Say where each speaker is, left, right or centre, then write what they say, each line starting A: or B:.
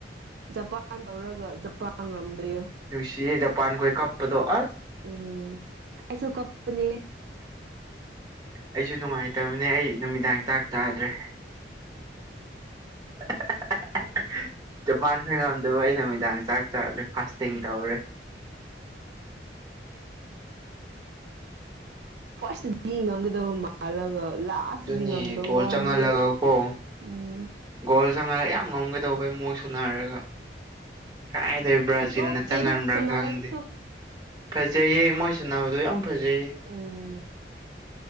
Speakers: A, on the right; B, on the right.
A: ꯖꯄꯥꯟ ꯇꯧꯔꯒ ꯖꯄꯥꯟ ꯉꯝꯗ꯭ꯔꯦꯗꯣ꯫
B: ꯅꯨꯡꯁꯤꯌꯦ ꯖꯄꯥꯟꯈꯣꯏ ꯀꯞꯄꯗꯣ ꯑꯁ
A: ꯎꯝ ꯑꯩꯁꯨ ꯀꯥꯞꯄꯅꯦ
B: ꯑꯩꯁꯨ ꯅꯨꯡꯉꯥꯏꯇꯕꯅꯦ ꯑꯩ ꯅꯨꯃꯤꯗꯥꯡ ꯆꯥꯛ ꯆꯥꯗ꯭ꯔꯦ <inaudible> ꯖꯄꯥꯟ ꯅ ꯉꯝꯗꯕ ꯑꯩ ꯅꯨꯃꯤꯗꯥꯡ ꯆꯥꯛ ꯆꯥꯗ꯭ꯔꯦ ꯐꯥꯁꯇꯤꯡ ꯇꯧꯔꯦ
A: ꯐꯥꯁꯇꯗꯤ ꯉꯝꯒꯗꯕ ꯃꯥꯜꯂꯒ ꯂꯥꯁꯇꯗꯤ
B: ꯑꯗꯨꯅꯦ
A: ꯉꯝꯗꯕ
B: ꯒꯣꯜ
A: ꯋꯥꯅꯤꯗ
B: ꯆꯪꯍꯜꯂꯒ ꯀꯣ
A: ꯎꯝ
B: ꯒꯣꯜ ꯆꯪꯉꯥ ꯌꯥꯝ ꯉꯝꯒꯗꯧꯕꯩ ꯃ‌ꯣꯏ ꯁꯨꯅꯔꯒ ꯀꯥꯏꯗꯩ ꯕ꯭ꯔꯥꯖꯤꯜꯅ
A: ꯅꯣꯞꯇꯦꯗ
B: ꯆꯪꯍꯟꯕ꯭ꯔꯥ
A: ꯁꯥꯟꯅꯔꯁꯨ
B: ꯈꯪꯗꯦ ꯐꯖꯩꯌꯦ ꯃꯣꯏ ꯁꯅꯥꯕꯗꯣ ꯌꯥꯝ ꯐꯖꯩꯌꯦ
A: ꯎꯝ